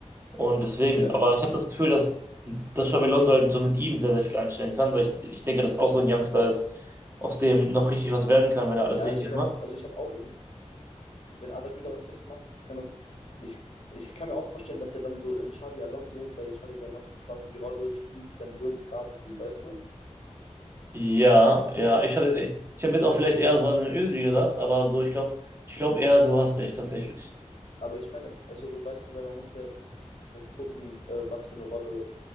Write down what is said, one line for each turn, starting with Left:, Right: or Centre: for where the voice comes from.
Right: Und deswegen,
Left: Ja,
Right: aber ich habe das Gefühl, dass, dass Xabi Alonso halt so mit ihm sehr, sehr viel anstellen kann, weil ich, ich denke, dass auch so ein Youngster ist, aus dem noch richtig was werden kann, wenn er alles
Left: ja,
Right: richtig
Left: ich glaube,
Right: macht.
Left: also ich habe auch wenn Arda Güler was richtig macht, kann das. Ich, ich kann mir auch vorstellen, dass er dann so in Xavi Alonso, bei Xavi Alonso quasi die Rolle spielt, die dann Würz gerade spielt, weißt du?
Right: Ja, ja, ich habe ich hab jetzt auch vielleicht eher so an den Özil gedacht, aber so, ich glaube, ich glaube eher, du hast recht, tatsächlich.
Left: Aber ich meine, also weißt du, weil man muss ja gucken, äh, was für eine Rolle